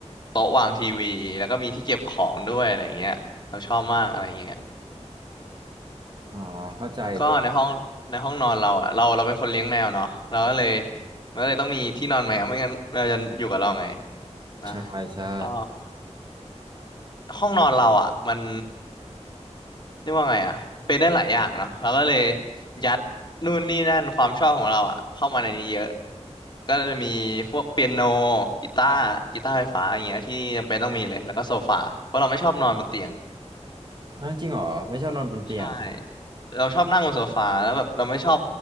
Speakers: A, on the left (about 40°); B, on the right (about 40°).
A: โต๊ะวางทีวีแล้วก็มีที่เก็บของด้วยอะไรเงี้ยเราชอบมากอะไรเงี้ย
B: อ๋อเข้าใจเลย
A: แล้วก็ในห้องในห้องนอนเราอะเราเราเป็นคนเลี้ยงแมวเนาะเราก็เลยมันก็เลยต้องมีที่นอนแมวไม่งั้นแมวจะอยู่กับเราไงนะแล้วก็
B: ใช่ใช่
A: ห้องนอนเราอ่ะมันเรียกว่าไงอ่ะเป็นได้หลายอย่างเนาะเราก็เลยยัดนู่นนี่นั่นความชอบของเราอ่ะเข้ามาในนี้เยอะก็จะมีพวกเปียโนกีตาร์กีตาร์ไฟฟ้าอย่างเงี้ยที่จำเป็นต้องมีเลยแล้วก็โซฟาเพราะเราไม่ชอบนอนบนเตียง
B: อ่าจริงเหรอไม่ชอบนอนบนเตียง
A: ใช่เราชอบนั่งบนโซฟาแล้วแบบเราไม่ชอบ